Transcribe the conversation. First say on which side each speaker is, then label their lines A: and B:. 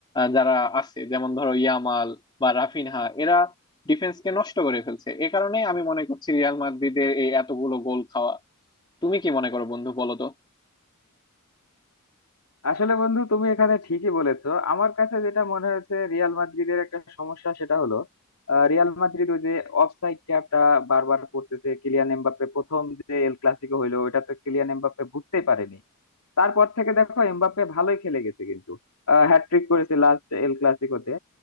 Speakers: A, on the left; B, on the left.
A: যারা আছে যেমন ধরো ইয়ামাল বা রাফিনহা এরা ডিফেন্সকে নষ্ট করে ফেলছে এ কারণেই আমি মনে করছি রিয়াল মাদ্রিদের এই এতগুলো গোল খাওয়া তুমি কি মনে করো বন্ধু বলো তো
B: আসলে বন্ধু তুমি এখানে ঠিকই বলেছো আমার কাছে যেটা মনে হয়েছে রিয়াল মাদ্রিদের একটা সমস্যা সেটা হলো আহ, রিয়াল মাদ্রিদ ওই যে অফসাইড ট্যাপটা বারবার করতেছে কিলিয়ান এমবাপ্পে প্রথম যে এল ক্লাসিকো হইলো ওটা তো কিলিয়ান এমবাপ্পে বুঝতেই পারেনি তারপর থেকে দেখো এমবাপ্পে ভালোই খেলে গেছে কিন্তু হ্যাটট্রিক করেছে লাস্ট এল ক্লাসিকোতে